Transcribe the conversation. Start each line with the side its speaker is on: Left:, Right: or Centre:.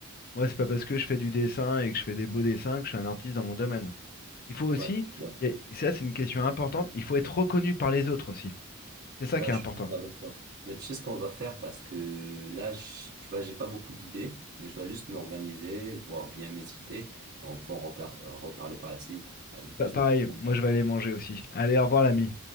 Left: Moi, c'est pas parce que je fais du dessin et que je fais des beaux dessins que je suis un artiste dans mon domaine. Il faut aussi,
Right: Ouais, c'est sûr.
Left: et ça c'est une question importante, il faut être reconnu par les autres aussi. C'est ça
Right: Non,
Left: qui est
Right: je
Left: important.
Right: suis d'accord avec toi. Mais tu sais ce qu'on va faire parce que là, je- tu vois, j'ai pas beaucoup d'idées, mais je dois juste m'organiser, voir bien mes idées. On peut en repla- reparler par la suite avec
Left: Pa-
Right: plus
Left: pareil,
Right: de profondeur.
Left: moi je vais aller manger aussi. Allez, au revoir l'ami.